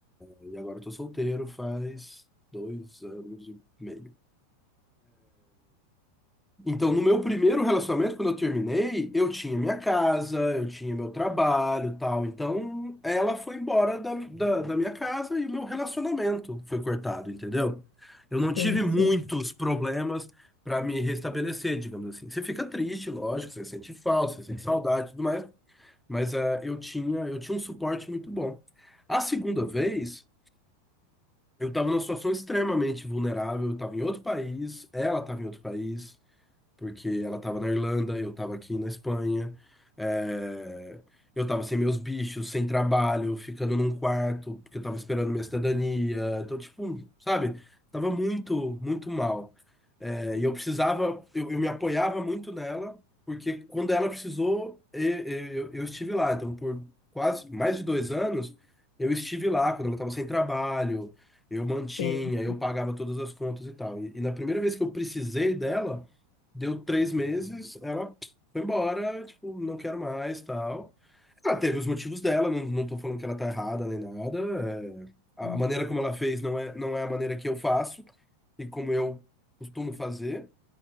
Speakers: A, in the centre; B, on the left (about 75°).
A: E agora eu tô solteiro faz dois anos e meio. Então, no meu primeiro relacionamento, quando eu terminei, eu tinha minha casa, eu tinha meu trabalho, tal. Então, ela foi embora da, da, da minha casa e o meu relacionamento foi cortado, entendeu? Eu não tive
B: Sim,
A: muitos
B: sim,
A: problemas para me restabelecer, digamos assim. Você fica triste, lógico, você sente falta, você sente saudade, e tudo mais. Mas eh, eu tinha, eu tinha um suporte muito bom. A segunda vez, eu estava numa situação extremamente vulnerável, eu estava em outro país, ela estava em outro país porque ela estava na Irlanda, eu estava aqui na Espanha, é, eu estava sem meus bichos, sem trabalho, ficando num quarto, porque eu estava esperando minha cidadania. Então, tipo, sabe, tava muito, muito mal. É, e eu precisava, eu, eu me apoiava muito nela, porque quando ela precisou, e- e- eu, eu estive lá. Então, por quase mais de dois anos, eu estive lá quando ela estava sem trabalho. Eu mantinha,
B: sim.
A: eu pagava todas as contas e tal. e e na primeira vez que eu precisei dela, Deu três meses, ela foi embora, tipo, não quero mais, tal. Ela teve os motivos dela, não, não tô falando que ela tá errada nem nada. é, a,
B: Uhum.
A: a maneira como ela fez não é, não é a maneira que eu faço e como eu costumo fazer.